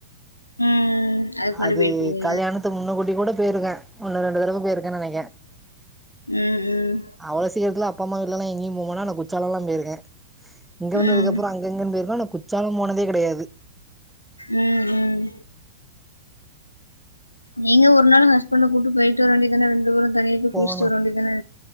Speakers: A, on the left (about 85°); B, in the centre.
A: ம் அதுக்கு முன்னாடி
B: அது
A: போயிருக்கீங்க
B: கல்யாணத்து முன்ன கூட்டி கூட போயிருக்கேன் ஒன்னு ரெண்டு தடவ போய்ருக்கேனு நெனக்கிற
A: ம் ம்
B: அவ்ளோ சீக்கிரத்தில அப் அப்ப அம்மா வீட்லலாம் எங்கயும் போமாட்டே ஆனா குற்றாலலாம் போய்ருக்கே இங்க வந்ததுக்கப்புறம்
A: ம்
B: அங்கு இங்கு போய்ருக்கே ஆனா குற்றாலம் போனதே கடையாது
A: உம் உம் நீங்க ஒரு நாள் ஹஸ்பண்ட கூட்டு போயிட்டு வர வேண்டியதான ரெண்டு பேரும் தனியா போய் குளிச்சுட்டு
B: போணும்
A: வர வேண்டியதானே